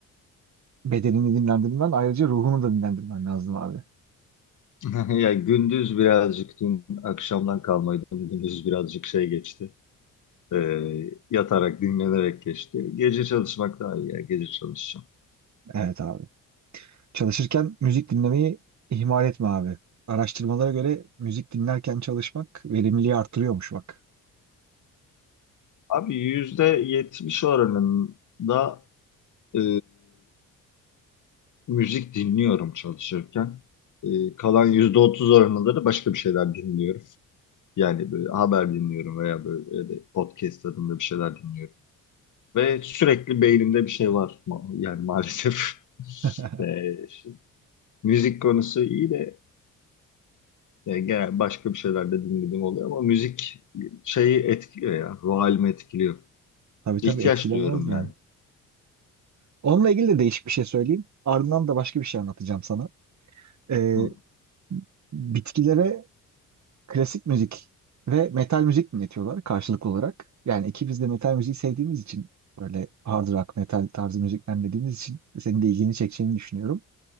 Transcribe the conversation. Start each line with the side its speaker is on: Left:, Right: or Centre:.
Right: Bedenini dinlendirmen, ayrıca ruhunu da dinlendirmen lazım abi.
Left: <laughs> Ya gündüz birazcık dün akşamdan kalmaydı. Gündüz birazcık şey geçti. Ee, yatarak dinlenerek geçti. Gece çalışmak daha iyi ya. Gece çalışacağım.
Right: Evet abi. Çalışırken müzik dinlemeyi ihmal etme abi. Araştırmalara göre müzik dinlerken çalışmak verimliliği artırıyormuş bak.
Left: Abi yüzde yetmiş oranında e, müzik dinliyorum çalışırken. E, kalan yüzde otuz oranında da başka bir şeyler dinliyorum. Yani böyle haber dinliyorum veya böyle öyle podcast tadında bir şeyler dinliyorum. Ve sürekli beynimde bir şey var. Ma- Yani maalesef. <laughs>
Right: <laughs>
Left: Ee, müzik konusu iyi de yani genel başka bir şeyler de dinlediğim oluyor ama müzik şeyi etkiliyor ya. Ruh halimi etkiliyor.
Right: Tabii tabii
Left: İhtiyaç
Right: etkilemez
Left: duyuyorum
Right: mi?
Left: yani.
Right: Onunla ilgili de değişik bir şey söyleyeyim. Ardından da başka bir şey anlatacağım sana. Ee,
Left: Hı.
Right: bitkilere klasik müzik ve metal müzik dinletiyorlar karşılık olarak. Yani ikimiz de metal müziği sevdiğimiz için böyle hard rock, metal tarzı müzikler dinlediğimiz için senin de ilgini çekeceğini düşünüyorum.